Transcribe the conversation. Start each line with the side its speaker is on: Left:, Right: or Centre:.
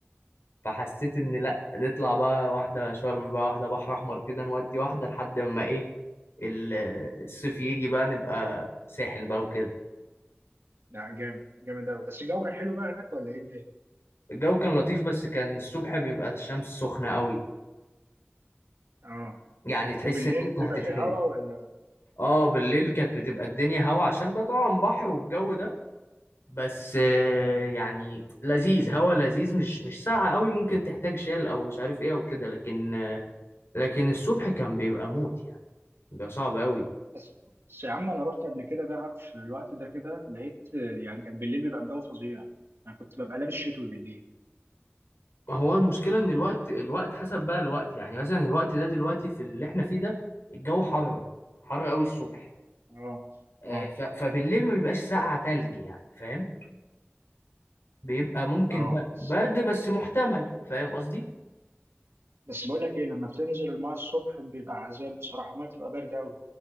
Left: فحسيت ان لا نطلع بقى واحده شرم بقى واحده بحر احمر كده نودي واحده لحد ما ايه ال- الصيف يجي بقى نبقى ساحل بقى وكده
Right: لا جامد جامد قوي بس الجو كان حلو بقى هناك ولا ايه الدنيا؟
Left: الجو كان لطيف بس كان الصبح بيبقى الشمس سخنه قوي
Right: اه
Left: يعني تحس
Right: وبالليل
Left: ان انت
Right: بيبقى
Left: هتتحرق
Right: فيه هوا ولا
Left: اه بالليل كانت بتبقى الدنيا هوا عشان بقى طبعا بحر والجو ده بس آه، يعني لذيذ هوا لذيذ مش مش ساقعه قوي ممكن تحتاج شال او مش عارف ايه او كده لكن لكن الصبح كان بيبقى موت يعني بيبقى صعب قوي
Right: بس بس يا عم انا رحت قبل كده دهب في الوقت ده كده لقيت يعني كان بالليل بيبقى الجو فظيع انا كنت ببقى لابس شتوي بالليل
Left: هو المشكلة إن الوقت الوقت حسب بقى الوقت يعني مثلا الوقت ده دلوقتي في اللي إحنا فيه ده الجو حر حر قوي الصبح
Right: اه
Left: آه،
Right: اه
Left: ف- فبالليل ما بيبقاش ساقعة تلج يعني فاهم بيبقى ممكن
Right: اه
Left: بقى
Right: بس
Left: برد بس محتمل فاهم قصدي
Right: بس بقول لك ايه لما بتنزل المايه الصبح بيبقى عذاب بصراحه المايه بتبقى بارده قوي